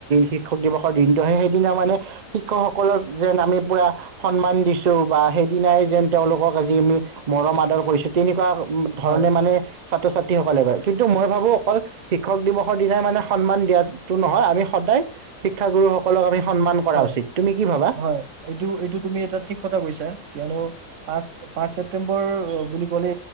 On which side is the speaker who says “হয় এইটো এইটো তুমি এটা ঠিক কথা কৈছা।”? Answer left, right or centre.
Right